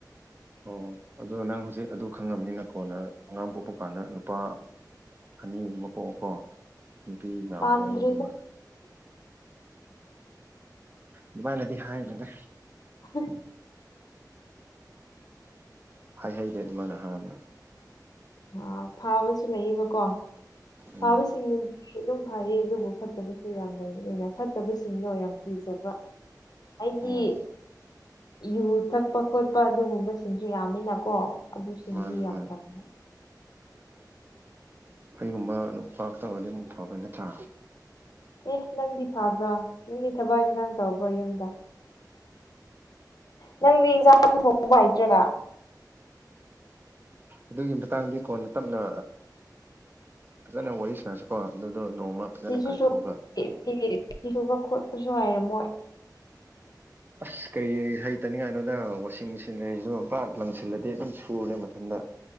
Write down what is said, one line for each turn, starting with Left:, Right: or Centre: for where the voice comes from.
Right: ꯑꯣ ꯑꯗꯣ ꯅꯪ ꯍꯧꯖꯤꯛ ꯑꯗꯨ ꯈꯪꯉꯕꯅꯤꯅꯀꯣ ꯅꯪ ꯑꯉꯥꯡ ꯄꯣꯛꯄ ꯀꯥꯟꯗ ꯅꯨꯄꯥ ꯑꯅꯤꯒꯨꯝꯕ ꯄꯣꯛꯑꯣꯀꯣ ꯅꯨꯄꯤ ꯃꯌꯥꯝ
Left: ꯄꯥꯝꯗ꯭ꯔꯦꯗ
Right: ꯑꯃ ꯄꯣꯛꯑꯒ ꯑꯗꯨꯒ ꯑꯗꯨꯃꯥꯏꯅꯗꯤ ꯍꯥꯏꯅꯅꯦ
Left: ꯑ
Right: ꯍꯥꯏ ꯍꯩꯔꯦ ꯑꯗꯨꯃꯥꯏꯅ ꯍꯔꯅ
Left: ꯑ ꯐꯥꯕꯁꯨ ꯂꯩꯌꯦꯕꯀꯣ
Right: ꯎꯝ
Left: ꯐꯥꯕꯁꯤꯡ ꯑꯗꯨꯝ ꯐꯩꯌꯦ ꯑꯗꯨꯕꯨ ꯐꯠꯇꯕꯁꯨ ꯌꯥꯝ ꯂꯩꯅꯤꯅ ꯐꯠꯇꯕꯁꯤꯡꯗꯣ ꯌꯥꯝ ꯀꯤꯖꯕ ꯑꯩꯗꯤ
Right: ꯑꯣ
Left: ꯌꯨ ꯊꯛꯄ ꯈꯣꯠꯄ ꯑꯗꯨꯒꯨꯝꯕꯁꯤꯡꯁꯨ ꯌꯥꯝꯃꯤꯅꯀꯣ ꯑꯗꯨꯁꯤꯡꯗꯤ
Right: ꯃꯥꯅꯦ
Left: ꯌꯥꯝ
Right: ꯍꯣꯏ
Left: ꯐꯅ
Right: ꯑꯩꯒꯨꯝꯕ ꯅꯨꯄꯥ ꯇꯧꯔꯗꯤ ꯑꯃꯨꯛ ꯐꯕꯩ ꯅꯠꯇ꯭ꯔꯥ
Left: ꯑꯦ ꯅꯪꯗꯤ ꯐꯕ꯭ꯔꯣ ꯅꯪꯗꯤ ꯊꯕꯛ ꯏꯟꯈꯥꯡ ꯇꯧꯕ꯭ꯔꯣ ꯌꯨꯝꯗ ꯅꯪꯗꯤ ꯏꯟꯁꯥꯡꯁꯨ ꯊꯣꯡꯎꯧꯕ ꯍꯩꯇ꯭ꯔꯒ
Right: ꯑꯗꯨꯒꯤ ꯃꯇꯥꯡꯗꯤ ꯀꯣꯟꯅ ꯇꯞꯅ ꯐꯖꯅ ꯋꯥꯔꯤ ꯁꯥꯥꯟꯅꯁꯤꯀꯣ ꯑꯗꯨꯗꯣ ꯅꯣꯡꯃ ꯐꯖꯅ
Left: ꯐꯤꯁꯨ
Right: ꯀꯥꯏꯊꯣꯛꯑꯒ
Left: ꯁꯨ ꯐ ꯐꯤ ꯁꯨꯕ ꯈꯣꯠꯄꯁꯨ ꯍꯥꯏꯔꯝꯃꯣꯏ
Right: ꯑꯁ ꯀꯔꯤ ꯍꯩꯇꯅꯤꯡꯉꯥꯏꯅꯣꯗ ꯋꯥꯁꯤꯡ ꯃꯦꯆꯤꯟ ꯁꯤꯂꯔꯤꯁꯨ ꯄꯥꯠ ꯂꯪꯁꯤꯜꯂꯗꯤ ꯑꯗꯨꯝ ꯁꯨꯔꯦ ꯃꯊꯗ